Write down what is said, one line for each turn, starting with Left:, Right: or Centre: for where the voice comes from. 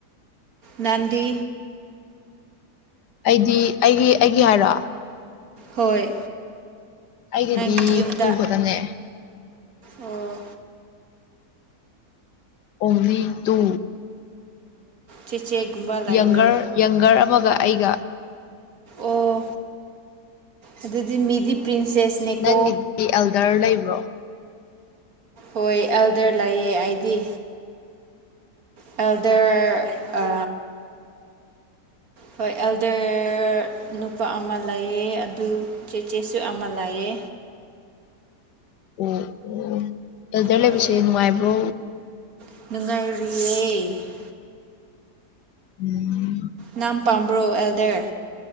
Right: ꯅꯪꯗꯤ
Left: ꯑꯩꯗꯤ ꯑꯩꯒꯤ ꯑꯩꯒꯤ ꯍꯥꯏꯔꯣ
Right: ꯍꯣꯏ
Left: ꯑꯩꯒꯤꯗꯤ
Right: ꯅꯪꯒꯤ ꯌꯨꯝꯗ
Left: ꯇꯨ ꯈꯛꯇꯅꯦ
Right: ꯑꯣ
Left: ꯑꯣꯟꯂꯤ ꯇꯨ
Right: ꯆꯦꯆꯦ ꯒꯨꯝꯕ ꯂꯥꯏꯕ꯭ꯔꯣ
Left: ꯌꯪꯒꯔ ꯌꯪꯒꯔ ꯑꯃꯒ ꯑꯩꯒ
Right: ꯑꯣ ꯑꯗꯨꯗꯤ ꯃꯤꯗꯤ ꯄ꯭ꯔꯤꯟꯁꯦꯁꯅꯦꯀꯣ
Left: ꯅꯪꯒꯤꯗꯤ ꯑꯦꯜꯗꯔ ꯂꯩꯕ꯭ꯔꯣ
Right: ꯍꯣꯏ ꯑꯦꯜꯗꯔ ꯂꯩꯌꯦ ꯑꯩꯗꯤ ꯑꯦꯜꯗꯔ ꯑ ꯍꯣꯏ ꯑꯦꯜꯗꯔ ꯅꯨꯄꯥ ꯑꯃ ꯂꯩꯌꯦ ꯑꯗꯨ ꯆꯦꯆꯦꯁꯨ ꯑꯃ ꯂꯩꯌꯦ
Left: ꯑꯣ ꯑꯣ ꯑꯦꯜꯗꯔ
Right: ꯍꯣꯏ
Left: ꯂꯩꯕꯁꯦ ꯅꯨꯡꯉꯥꯏꯕ꯭ꯔꯣ
Right: ꯅꯨꯡꯉꯥꯏꯔꯤꯌꯦ
Left: ꯎꯝ
Right: ꯅꯪ ꯄꯥꯝꯕ꯭ꯔꯣ ꯑꯦꯜꯗꯔ